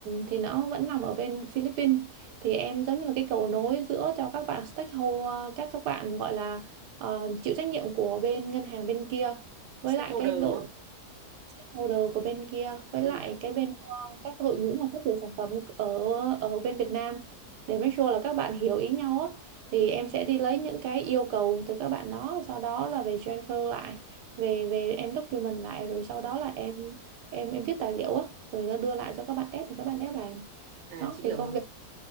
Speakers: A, on the right; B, on the right.
A: thì nó vẫn nằm ở bên Philippines thì em giống như là cái cầu nối giữa cho các bạn stakeholder các các bạn gọi là ờ, chịu trách nhiệm của bên ngân hàng bên kia với
B: stakeholder
A: lại cái đội
B: đúng không
A: stakeholder của bên kia với
B: ừ.
A: lại cái bên ờ, các đội ngũ mà phát triển sản phẩm ở ở bên Việt Nam để make sure là các bạn hiểu ý nhau á thì em sẽ đi lấy những cái yêu cầu từ các bạn đó sau đó là về transfer lại về về em document lại rồi sau đó là em em em viết tài liệu á rồi nó đưa lại cho các bạn dev thì các bạn dev làm
B: à
A: đó
B: chị
A: thì
B: hiểu
A: công
B: rồi
A: việc